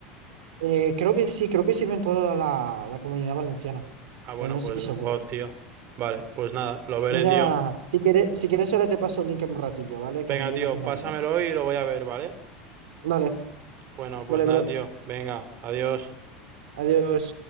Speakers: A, on the right; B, on the right.
A: Eh, creo que sí, creo que sirve en toda la, la Comunidad Valenciana,
B: Ah, bueno,
A: pero no estoy
B: pues
A: seguro.
B: God, tío. Vale, pues nada, lo veré,
A: Mira,
B: tío.
A: si quieres, si quieres ahora te paso el link en un ratillo, ¿vale?
B: Venga,
A: Que me voy
B: tío,
A: a ir a hacer movidas.
B: pásamelo y lo voy a ver, ¿vale?
A: Vale,
B: Bueno, pues
A: vale,
B: nada,
A: bro.
B: tío. Venga, adiós.
A: Adiós.